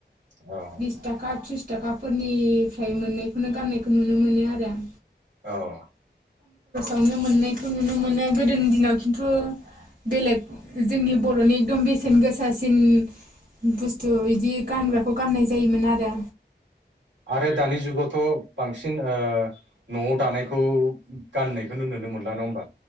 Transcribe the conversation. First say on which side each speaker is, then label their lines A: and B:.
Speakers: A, on the right (about 80°); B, on the right (about 60°).
A: औ
B: बिस थाखा थ्रिस थाखाफोरनिफ्राय मोनैखौनो गाननायखौ नुनो मोनो आरो आं
A: औ!
B: नुनो मोननायखौ नुनो मोनो गोदोनि दिनाव खिन्थु बेलेग जोंनि बर'नि एकदम बेसेन गोसासिन बुस्थु बिदि बेखौ गाननाय जायोमोन आरो
A: आरो दानि जुगावथ' बांसिन न'आव दानायखौ गाननायखौनो नुनो नो मोनला नाङा होमबा।